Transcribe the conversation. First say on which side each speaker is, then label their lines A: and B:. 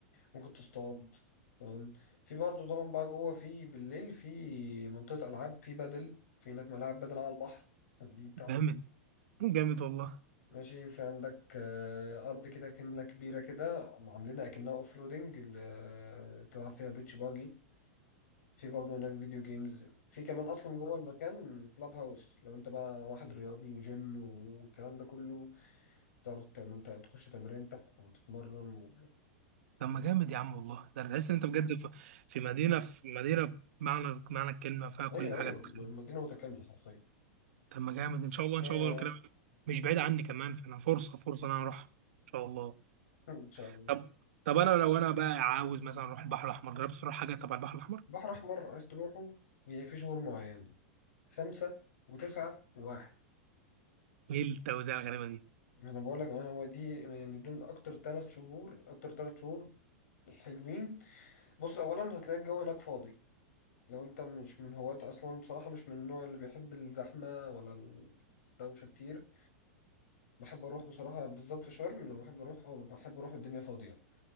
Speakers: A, on the left; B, on the right.
A: ممكن تصطاد تمام في برضه طبعا بقى جوه في بالليل في منطقة العاب في بدل في هناك ملاعب بدل على البحر <laughs> دي تحفة
B: جامد جامد والله
A: ماشي في عندك آه، أرض كده كملة كبيرة كده عاملينها كأنها أوف رودنج اللي تلعب فيها بيتش باجي في برضه هناك فيديو جيمز في كمان أصلا جوه المكان كلاب هاوس لو أنت بقى واحد رياضي وجيم والكلام ده كله تعرف تعمل أنت تخش تمرينتك وتتمرن و...
B: طب ما جامد يا عم والله ده تحس ان انت بجد في في مدينه في مدينه بمعنى معنى الكلمه فيها كل
A: أيوه
B: حاجه
A: أيوه
B: تتخيل.
A: المدينة متكاملة حرفيا
B: طب ما جامد ان شاء الله ان
A: آه،
B: شاء الله لو كده مش بعيد عني كمان فانا فرصه فرصه ان انا اروح ان شاء الله
A: <laughs> إن شاء الله
B: طب طب انا لو انا بقى عاوز مثلا اروح البحر الاحمر جربت تروح حاجه تبع البحر الاحمر
A: بحر أحمر عايز تروحه هي في شهور معينة خمسة وتسعة وواحد
B: ايه التوزيع الغريبه دي
A: انا بقول لك انا هو دي يعني دول اكتر ثلاث شهور اكتر ثلاث شهور حلوين بص اولا هتلاقي الجو هناك فاضي لو انت مش من هواة اصلا بصراحه مش من النوع اللي بيحب الزحمه ولا الدوشه كتير بحب اروح بصراحه بالذات في شرم لما بحب اروح بحب اروح الدنيا فاضيه